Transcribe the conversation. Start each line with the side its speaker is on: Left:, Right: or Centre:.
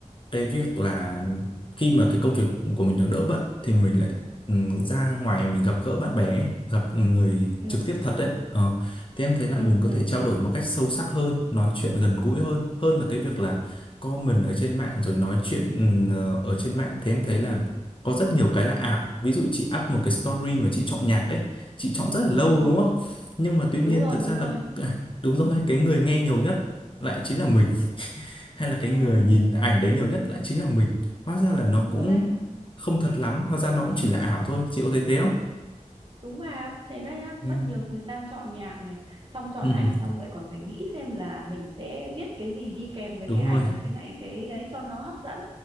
Left: cái việc là khi mà cái công việc của mình nó đỡ bận thì mình lại ừm, ra ngoài mình gặp gỡ bạn bè ấy, gặp người
Right: ừ
Left: trực tiếp thật đấy ờ, thì em thấy là
Right: ừ
Left: mình có
Right: ừ
Left: thể trao
Right: ừ
Left: đổi một cách sâu sắc hơn nói chuyện gần gũi hơn hơn là cái việc là comment ở trên mạng rồi nói chuyện ừm, ờ, ở trên mạng thì em thấy là có rất nhiều cái là ảo ví dụ chị up một cái story mà chị chọn nhạc ấy chị chọn rất là lâu
Right: ừ
Left: đúng không nhưng mà tuy nhiên
Right: đúng rồi
Left: thực
Right: đúng
Left: ra
Right: rồi
Left: là <laughs> đúng rồi cái người nghe nhiều nhất lại chính là mình hay là cái
Right: ừ
Left: người nhìn ảnh đấy nhiều nhất lại chính là mình hóa ra
Right: <laughs>
Left: là nó
Right: đúng
Left: cũng
Right: rồi đấy
Left: không thật lắm hóa ra nó cũng chỉ là ảo thôi chị có thấy thế không
Right: đúng mà thế đó nhá
Left: Ừ.
Right: mất nhiều thời gian chọn nhạc này xong chọn
Left: ừ,
Right: ảnh xong lại còn phải nghĩ xem là mình sẽ viết cái gì đi kèm với
Left: đúng
Right: cái ảnh
Left: rồi
Right: với lại cái đấy cho nó hấp dẫn